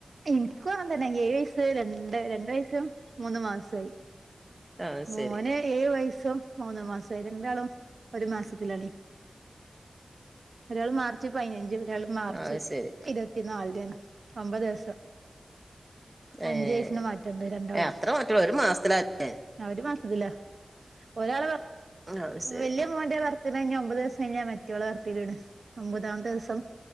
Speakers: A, on the right (about 70°); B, on the right (about 25°).
A: എനിക്കും അങ്ങൻ തന്നെ ഏയയ്സ് രണ്ട് രണ്ടു വയസ്സും മൂന്ന് മാസോയി
B: ആഹ്
A: മോന്
B: ശരി
A: ഏഴ് വയസ്സും മൂന്ന് മാസയി രണ്ടാളും ഒരു മാസത്തിലാണെ ഒരാൾ മാർച്ച് പയിനഞ്ച് ഒരാൾ മ
B: ആഹ്
A: ച്
B: ശരി
A: ഇരുപത്തി നാൽടെ ആണ് ഒമ്പഹ് ദിവസം
B: ഏഹ്
A: അഞ്ചയ്സിന് മാറ്റണ്ട് രണ്ടാളും
B: ഏഹ് അത്ര മാറ്റൊള്ളൂ ഒരു മാസത്തിലാല്ലേ
A: അവര് മാസത്തില്ല ഒരാള് വർ
B: അത് ശരി
A: വല്യ മോന്റെ വർത്റേ കഴിഞ്ഞ ഒമ്പത് ദിവസം കയ്ഞ്ഞാ മറ്റോളെ വർത്റേ ആണ് ൽണ് ഒമ്പതാംത്തെസം